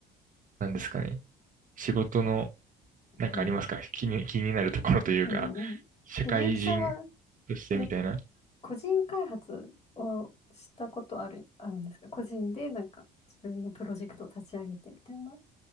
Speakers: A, on the right; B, on the left.
A: なんですかね。仕事の、なんかありますか気に、
B: はい。
A: 気になるところというか、
B: うんうん。
A: 社会人
B: え、ゆうきさんは、
A: としてみたいな。
B: その個人開発をしたことある、あるんですか個人でなんか自分のプロジェクトを立ち上げてみたいな。